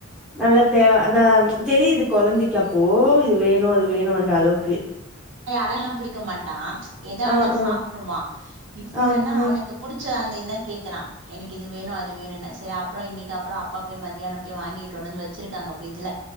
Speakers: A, in the centre; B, on the right.
A: நல்லததே அதா தெரியுது கொழந்தைக்கி அப்போ இது வேணு அது வேணுன்ற அளவுக்கு
B: டல்லாம் புடிக்க மாட்டா ஏத இருந்தாலு
A: ஆ ஆ
B: சாப்ட்ருவா இப்ப
A: ஆ
B: என்னன்னா
A: ஆ
B: அவனுக்கு புடி ச்சு அந்த இல்லன்னு கேக்குறா எனக்கு இது வேணு அது வேணுனு செரி அப்பறோ இன்னிக்கி அப்பறோ அப்பா மதியானம் போய் வாங்கிட்டு வந் ந்து வச்சிர்க்காங்க பிரிடஜ்ல